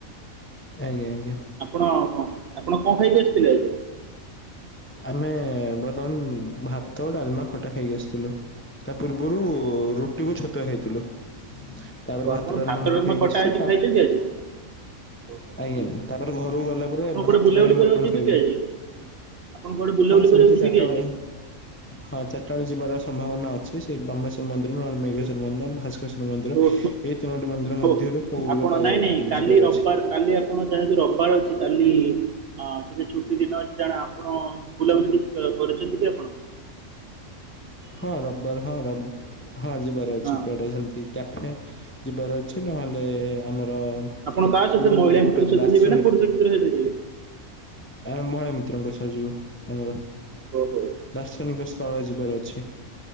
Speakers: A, on the left; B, on the right.
A: ଆଜ୍ଞାଜ୍ଞା।
B: ଆପଣ କଣ ଆପଣ କଣ ଖାଇକି ଆସିଥିଲେ।
A: ଆମେ ବର୍ତ୍ତମାନ ଭାତ ଡାଲମା ଖଟା ଖାଇକି ଆସିଥିଲୁ। ତା ପୂର୍ବରୁ ରୁଟିକୁ ଛତୁଆ ଖାଇଥିଲୁ। ତାପରେ
B: ଓ
A: ଭାତ
B: ଆପଣ
A: ଡାଲମାଖଟା
B: ଡାଲମା
A: ଖାଇକି
B: ଖଟା
A: ଆସିଛୁ।
B: ଆଜି ଖାଇଛନ୍ତି ଆଜି? ଓହୋ
A: ଆଜ୍ଞା
B: ଠିକ୍ ଅଛି।
A: ତାପରେ ଘରକୁ ଗଲା ପରେ
B: ଆପଣ
A: ଭାତ
B: କୁଆଡ଼େ ବୁଲାବୁଲି
A: ଡାଲି
B: କରିବାକୁ
A: ମଟନ
B: ଯିବେ
A: ଖାଇବୁ।
B: କି ଆଜି? ଆପଣ କୁଆଡ଼େ ବୁଲାବୁଲି
A: ହଁ ସେମତି
B: କରିବାକୁ ଯିବେ
A: ଚାରିଟା
B: କି ଆଜି?
A: ବେଳେ ହଁ। ଚାରିଟାବେଳେ ଯିବାର ସମ୍ଭାବନା ଅଛି ସେ ବ୍ରହ୍ମେଶ୍ୱର ମନ୍ଦିର। ନହେଲେ ମେଘେଶରମନ୍ଦିର
B: ଆଜ୍ଞା
A: ନହେଲେ ଭାସ୍କରଶର ମନ୍ଦିର
B: ଓହୋ
A: ଏଇ ତିନୋଟି ମନ୍ଦିର
B: ହଉ
A: ମଧ୍ୟରୁ କୋଉ
B: ଆପଣ
A: ଗୋଟେ
B: ନାଇଁ ନାଇଁ କାଲି
A: ଯିବାର।
B: ରବିବାର,
A: ଅଛି
B: କାଲି ଆପଣ ଯାହାକୁ ରବିବାର ଅଛି‌‌। କାଲି ଟିକେ ଛୁଟି ଦିନ ଅଛି ଜାଣ ଆପଣ ବୁଲାବୁଲି କିଛି କରୁଛନ୍ତି କି ଆପଣ? ହ <unintelligible>
A: ହଁ ରବିବାର ହଁ ର ହଁ ଜିବ ର ଅଛିି
B: ହଁ
A: କୁଆଡେ ସେମିତି। କ୍ୟାଫେ ଯିବାର ଅଛି ନହେଲେ ଆମର‌ ରକୋଉ
B: ଆପଣ କାହା ସହିତ ମହିଳା
A: ଗୋଟେ
B: ମିତ୍ର ସହିତ
A: ଦାର୍ଶନିକ
B: ଯିବେ ନା ପୁରୁଷ ମିତ୍ର ସହିତ ଯିବେ
A: ଆମେ ମହିଳା ମିତ୍ରଙ୍କ ସହ ଯିବୁ ଆମର
B: ଓହୋ। ଓ ହଉ
A: ଦାର୍ଶନିକ ତଳେ ଯିବାର ଅଛି।